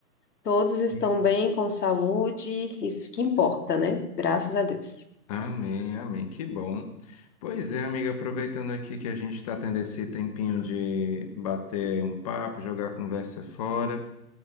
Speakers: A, on the left; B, on the left.
A: Todos estão
B: Hum.
A: bem, com saúde, isso que importa, né? Graças a Deus.
B: Amém, amém, que bom. Pois é, amiga, aproveitando aqui que a gente está tendo esse tempinho de bater um papo, jogar a conversa fora.